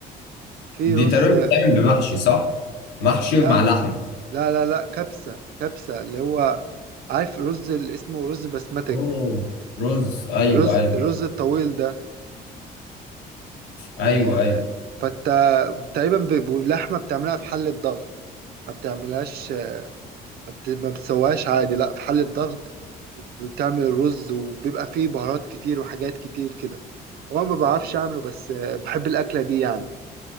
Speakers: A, on the right; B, on the left.
A: في
B: دي
A: رز
B: تقريبا بتتعمل بمحشي صح محشي
A: لا
B: مع لحمه
A: لا لا لا كبسة كبسة اللي هو عارف رز اللي اسمه رز بسمتك
B: اوه رز ايوه
A: الرز
B: ايوه
A: الرز الطويل ده
B: ايوه
A: آه
B: ايوه
A: فانت تقريبا ب- باللحمة بتعملها في حلة ضغط ما بتعملهاش ما بت- ما بتسويهاش عادي لا في حلة ضغط وبتعمل الرز وبيبقى فيه بهارات كتير وحاجات كتير كده هو أنا ما بعرفش اعمله بس آه، بحب الأكلة دي يعني